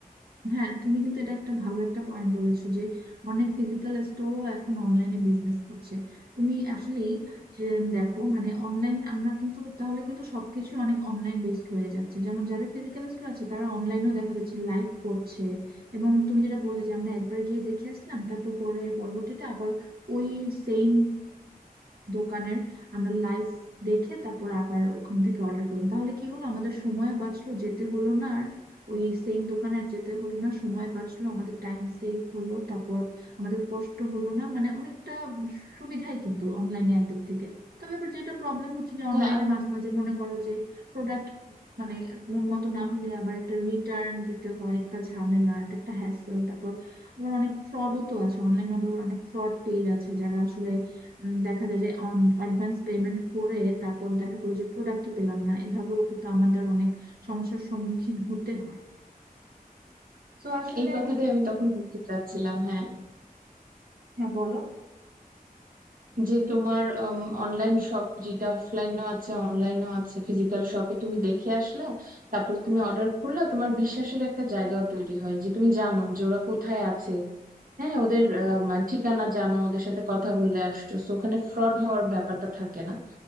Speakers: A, on the right (about 80°); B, on the right (about 65°).
A: হ্যাঁ তুমি কিন্তু এটা একটা ভালো একটা পয়েন্ট বলেছো যে অনেক ফিজিক্যাল স্টোরও এখন অনলাইনে বিজনেস করছে তুমি আসলে যে দেখো মানে অনলাইন আমরা কিন্তু তাহলে কিন্তু সবকিছু অনেক অনলাইন বেসড হয়ে যাচ্ছে যেমন যাদের ফিজিক্যাল স্টোর আছে তারা অনলাইনেও দেখা যাচ্ছে লাইভ করছে এবং তুমি যেটা বললে যে আমরা একবার গিয়ে দেখে আসলাম তারপর পরে পরবর্তীতে আবার ওই সেম দোকানের আমরা লাইভ দেখে তারপর আবার ওখান থেকে অর্ডার করলাম তাহলে কি হলো আমাদের সময়ও বাঁচলো যেতে হলো না ওই সেম দোকানে আর যেতে হলো না সময় বাঁচলো আমাদের টাইম সেভ হলো তারপর আমাদের কষ্ট হলো না মানে অনেকটা সুবিধাই কিন্তু অনলাইনে একদিক থেকে তবে এবার যেটা প্রবলেম হচ্ছে যে অনলাইনে
B: হ্যাঁ আর
A: মাঝে মাঝে মনে করো যে প্রোডাক্ট মানে মন মতো না হলে আবার একটা রিটার্ন দিতে হয় একটা ঝামেলা এটা একটা হ্যাসেল তারপর আবার অনেক ফ্রডও তো আছে অনলাইনে আবার অনেক ফ্রড পেজ আছে যারা আসলে উম, দেখা যায় যে অ্যাডভান্স পেমেন্ট করে তারপর দেখা গেলো যে প্রোডাক্টই পেলাম না এভাবেও কিন্তু আমাদের অনেক সমস্যার সম্মুখীন হতে হয় তো আসলে
B: এই কথাটাই আমি তখন বলতে চাচ্ছিলাম হ্যাঁ
A: হ্যাঁ বলো
B: যে তোমার অনলাইন শপ যেটা অফলাইনও আছে অনলাইনও আছে ফিজিক্যাল শপে তুমি দেখে আসলে তারপরে তুমি অর্ডার করলে তোমার বিশ্বাসের একটা জায়গাও তৈরি হয় যে তুমি জানো যে ওরা কোথায় আছে হ্যাঁ ওদের আহ, মা- ঠিকানা জানো ওদের সাথে কথা বলে আসছো তো ওখানে ফ্রড হওয়ার ব্যাপারটা থাকে না